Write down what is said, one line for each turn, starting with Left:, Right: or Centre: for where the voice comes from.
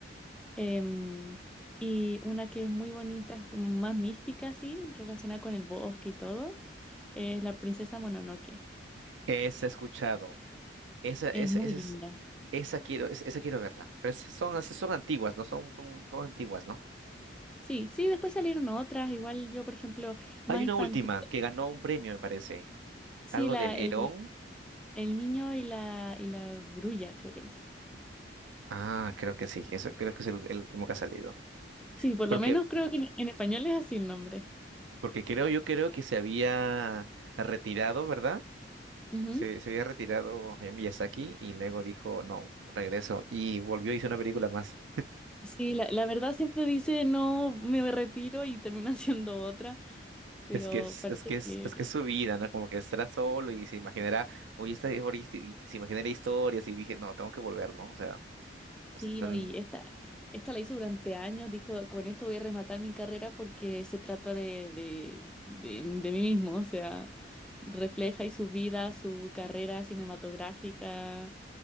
Centre: em, y una que es muy bonita, es como más mística, así, relacionada con el bosque y todo, es La Princesa Mononoke.
Right: Esa he escuchado. Esa, esa,
Centre: Es muy
Right: esa
Centre: linda.
Right: es, esa quiero, esa, esa quiero verla. Pero esas son, esas son antiguas, ¿no? Son, son, son antiguas, ¿no?
Centre: Sí, sí, después salieron otras, igual yo, por ejemplo, más
Right: Hay una
Centre: infantil,
Right: última que ganó un premio, me parece.
Centre: sí,
Right: Algo
Centre: la,
Right: del
Centre: el,
Right: Herón.
Centre: el niño y la, y la grulla, creo que es.
Right: Ah, creo que sí. Eso creo que es el, el último que ha salido.
Centre: Sí, por
Right: Porque,
Centre: lo menos creo que en, en español es así el nombre.
Right: porque creo, yo creo que se había retirado, ¿verdad?
Centre: Ujú.
Right: Se, se había retirado Hayao Miyazaki y luego dijo, no, regreso. Y volvió y hizo una película más.
Centre: Sí, la, la verdad siempre dice, no, me retiro y termina <laughs> siendo otra, pero
Right: Es que es,
Centre: parece
Right: es que es,
Centre: que
Right: es que es su vida, ¿no? Como que estará solo y se imaginará, oye, esta his- y se imaginará historias y dije, no, tengo que volver, ¿no? O sea,
Centre: Sí,
Right: o sea, tan...
Centre: no, y esta, esta la hizo durante años, dijo, con esto voy a rematar mi carrera porque se trata de, de, de, de mí mismo, o sea, refleja y su vida, su carrera cinematográfica,